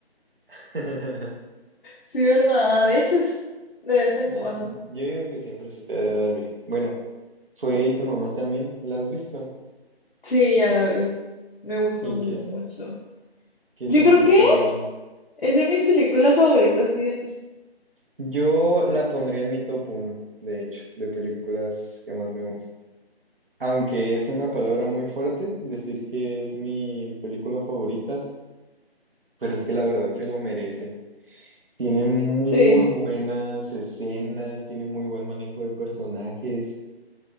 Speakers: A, on the right (about 60°); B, on the left (about 55°).
A: <laughs>
B: Sí, ¿verdad? A veces, de vez en cuando.
A: Ay, yo digo que siempre se te debe dar bien. Bueno, fue y tu mamá también. ¿La has visto?
B: Sí, ya la vi. Me gustó
A: ¿Y
B: mucho.
A: qué, qué
B: Yo
A: sentiste
B: creo que
A: al verla?
B: es de mis películas favoritas, fíjate.
A: Yo la pondría en mi top uno de hecho, de películas que más me gustan. Aunque es una palabra muy fuerte decir que es mi película favorita, pero es que la verdad se lo merece. Tiene muy
B: Sí,
A: buenas escenas, tiene muy buen manejo de personajes,